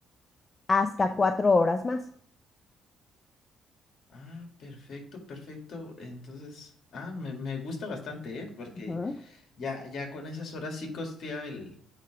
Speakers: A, on the left (about 30°); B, on the left (about 60°).
A: hasta
B: Ok.
A: cuatro horas más.
B: Ah, perfecto, perfecto. Entonces, ah, me, me gusta bastante, ¿eh? Porque
A: Ujú.
B: ya, ya con esas horas sí costea el,